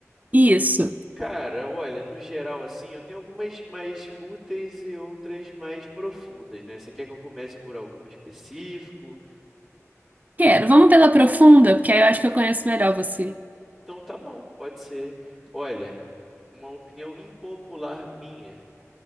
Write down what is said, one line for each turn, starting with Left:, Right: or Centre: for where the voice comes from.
Right: Isso.
Centre: Cara, olha, no geral, assim, eu tenho algumas mais fúteis e outras mais profundas, né? Você quer que eu comece por alguma específico?
Right: Quero. Vamos pela profunda, porque aí eu acho que eu conheço melhor você.
Centre: Então tá bom, pode ser. Olha, uma opinião impopular minha